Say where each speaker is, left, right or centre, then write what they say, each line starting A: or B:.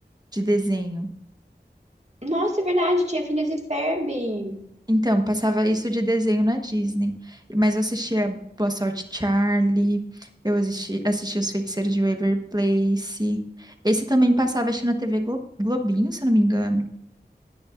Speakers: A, on the right; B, on the right.
A: de desenho.
B: Nossa, é verdade, tinha Phineas e Ferb.
A: Então, passava isso de desenho na Disney. Mas eu assistia Boa Sorte Charlie, eu assisti, assisti Os Feiticeiros de Waverly Place. Esse também passava, acho que na TV Glo- Globinho, se eu não me engano.